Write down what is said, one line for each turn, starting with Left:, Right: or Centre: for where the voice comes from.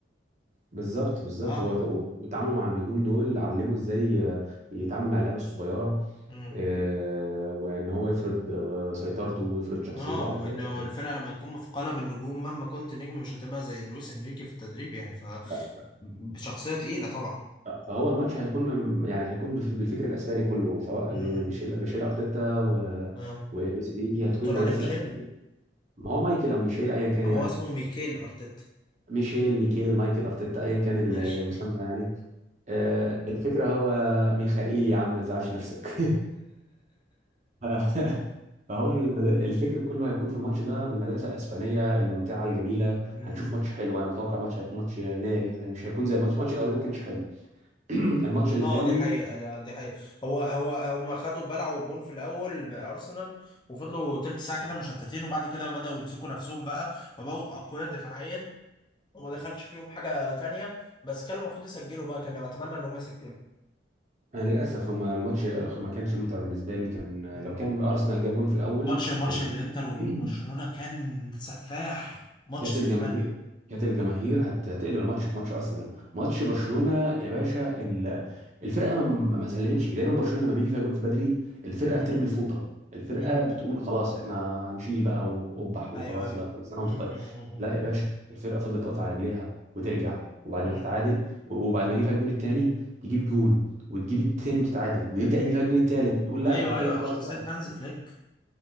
Right: بالظبط بالظبط
Left: اه
Right: هو وتعامله مع النجوم دول علمه ازاي يتعامل مع اللعيبه الصغيره
Left: امم
Right: آه، وان هو يفرض آه، سيطرته ويفرض شخصيته
Left: اه
Right: على
Left: وانه
Right: الفرقه وكده
Left: الفرقه لما تكون مثقله بالنجوم مهما كنت نجم مش هتبقى زي لويس انريكي في التدريب يعني
Right: ف-
Left: فشخصيه تقيله طبعا
Right: ف- فهو الماتش هيكون من- يعني هيكون بف- بالفكر الاسباني كله سواء
Left: امم
Right: ميشيل ميشيل ارتيتا و-
Left: اه
Right: ولويس انيكي هتكون
Left: انت بتقول
Right: المدرسه
Left: عليه ميشيل
Right: الاسبانيه ما هو مايكل او ميشيل ايا كان
Left: هو
Right: يعني
Left: اسمه ميكيل ارتيتا
Right: ميشيل ميكيل مايكل ارتيتا ايا كان
Left: ماشي
Right: المسمى يعني آه، الفكره هو ميخائيل يا عم ما تزعلش نفسك <laughs> ف- فهو المد... الفكر كله هيكون في الماتش ده بالمدرسه الاسبانيه الممتعه الجميله
Left: <laughs> مم.
Right: هنشوف ماتش حلو انا متوقع ماتش هيكون ماتش ناري يعني مش هيكون زي الماتش الماتش الاولاني ما كانش حلو <clears throat> الماتش الثاني
Left: اه دي حقيقة لا دي حقيقة هو هو هما خدوا بلعوا جون في الأول بأرسنال وفضلوا تلت ساعة كده مشتتين وبعد كده بدأوا يمسكوا نفسهم بقى وبقوا أقوياء دفاعيا وما دخلش فيهم حاجة تانية بس كان المفروض يسجلوا بقى كان أتمنى إن هم يسجلوا
Right: أنا للأسف هما الماتش ما كانش ممتع بالنسبة لي كان
Left: مم.
Right: لو كان أرسنال جاب جون في الأول
Left: ماتش ماتش
Right: كان
Left: الانتر وبرشلونة
Right: <clears throat>
Left: كان سفاح ماتش
Right: كانت
Left: سفاح
Right: الجماهير كانت الجماهير هت- هتقلب الماتش في ماتش ارسنال ماتش برشلونه يا باشا ال- الفرقه ما ما- ما سلمتش دايما برشلونه لما بيجي فيها جون في بدري الفرقه
Left: مم.
Right: بترمي الفوطه الفرقه
Left: مم.
Right: بتقول
Left: مم.
Right: خلاص احنا هنشيل بقى وقبح وخلاص
Left: ايوه ايوه
Right: بقى كل سنه وانت
Left: مم. مم.
Right: طيب
Left: مم.
Right: لا يا باشا الفرقه فضلت واقفه على رجليها وترجع وبعد
Left: مم.
Right: ما تتعادل وبعد ما يجي فيها الجون الثاني تجيب جون وتجيب التاني وتتعادل ويرجع يجي فيها الجون التالت نقول لا
Left: ايوه
Right: ده احنا كده
Left: ايوه
Right: خلاص
Left: شخصية
Right: بقى
Left: هانز فليك